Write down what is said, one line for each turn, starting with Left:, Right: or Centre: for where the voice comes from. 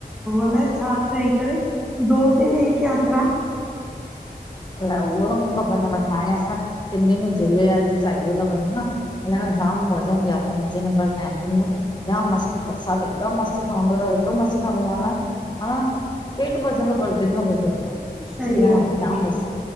Centre: अलाए छा चई करे, दो दिल एक यात्रा।
Left: अलाए उहो त मुखे ख़बर नाहे बाकी हाणें असां सिंधियुनि जो झूलेलाल जो चालीहो लॻंदो न। इन्हमें जाम मौज हुंदी आ, पंजे नंबर तांइ <unintelligible> जाम मस्तु परसाद ऐॾो मस्त ठहंदो तव एॾो मस्तु ठहंदो आ न, माना पेट भरजंदो पर दिल न भरजंदी आ सच्ची
Centre: सही
Left: बुधायांव,
Centre: आ सही
Left: जाम मस्तु।